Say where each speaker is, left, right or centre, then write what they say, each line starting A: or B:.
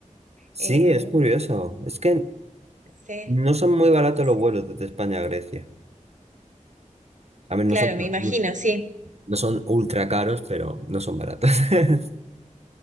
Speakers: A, on the right; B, on the right.
A: Sí,
B: Eh,
A: es curioso. Es que
B: sí,
A: no son muy baratos
B: sí.
A: los vuelos desde España a Grecia. A ver, no
B: Claro,
A: son,
B: me
A: no
B: imagino, sí.
A: no son ultra caros, pero no son baratos. <laughs>